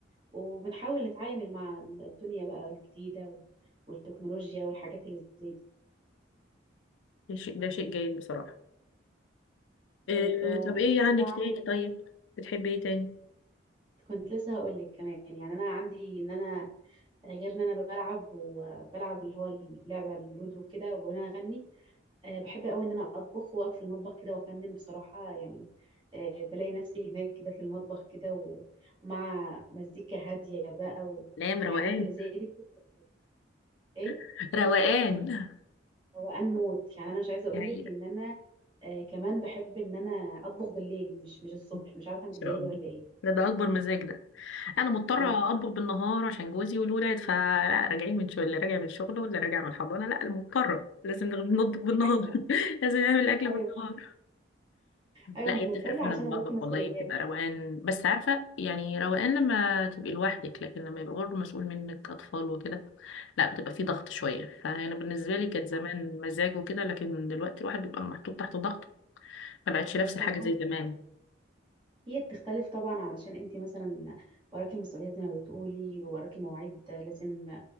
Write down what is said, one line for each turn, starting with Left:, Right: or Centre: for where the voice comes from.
Right: وبنحاول نتعامل مع الدنيا بقى الجديده وال- والتكنولوجيا والحاجات اللي زي دي
Left: ده شيء ده شيء جيد بصراحة آه،
Right: طيب آه،
Left: طب ايه عندك
Right: بقى عندك
Left: تاني طيب بتحبي ايه تاني
Right: كنت لسه هقول لك كمان يعني انا عندي ان انا غير ان انا بلعب وبلعب اللي هو اللعبه اللودو كده وانا اغني آه، بحب قوي ان انا اطبخ واقف في المطبخ كده وافنن بصراحه يعني آه، بلاقي نفسي هناك كده في المطبخ كده و- ومع مزيكا هاديه بقى و-
Left: الايام
Right: والحاجات
Left: روقان
Right: اللي زي دي بتبقى ايه
Left: <laughs> روقان
Right: روقان موت يعني انا مش عايزه اقول
Left: دي حقيقة
Right: لك ان انا آه، كمان بحب ان انا اطبخ بالليل مش مش الصبح
Left: ان
Right: مش عارفه انت
Left: شاء
Right: زيي
Left: الله
Right: ولا ايه
Left: ده ده اكبر مزاج ده انا مضطره
Right: اه
Left: اطبخ بالنهار عشان جوزي والولاد فلا راجعين من شغل اللي راجع من شغله واللي راجع من الحضانه لا مضطره لازم نغ- نطبخ بالنهار
Right: ايوه
Left: <laughs> لازم نعمل اكل
Right: ايوه
Left: بالنهار
Right: صح ايوه
Left: لا
Right: انت
Left: هي
Right: مضطره
Left: بتفرق فعلا
Right: عشان
Left: المطبخ
Right: وراكي مسؤوليات
Left: والله بتبقى
Right: بقى
Left: روقان بس عارفه يعني روقان لما تبقي لوحدك لكن لما يبقى برضه مسؤول منك اطفال وكده لا بتبقى في ضغط شويه فانا بالنسبه لي كانت زمان
Right: صح
Left: مزاج وكده لكن دلوقتي الواحد بيبقى محطوط تحت ضغط ما بقتش نفس
Right: صح
Left: الحاجه زي
Right: عندك
Left: زمان
Right: هي بتختلف طبعا علشان انت مثلا وراكي مسؤوليات زي ما بتقولي وراكي مواعيد لازم